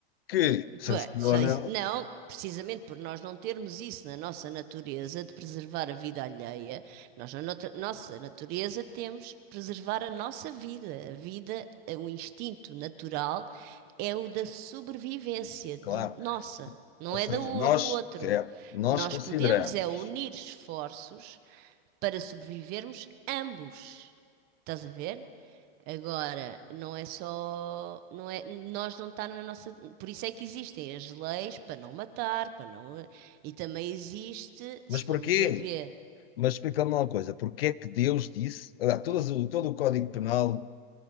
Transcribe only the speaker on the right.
n-
pô, só is- Não, precisamente por nós não termos isso na nossa natureza de preservar a vida alheia. Nós, na notra- nossa natureza, temos que preservar a nossa vida. A vida, eh, o instinto natural é o da sobrevivência de
nossa, não
é da o-
do outro.
Nós
podemos é unir esforços para sobrevivermos ambos. Estás a ver? Agora, não é só, não é, nós não está na nossa, por isso é que existem as leis para não matar, para não, e também existe,
se formos
a ver,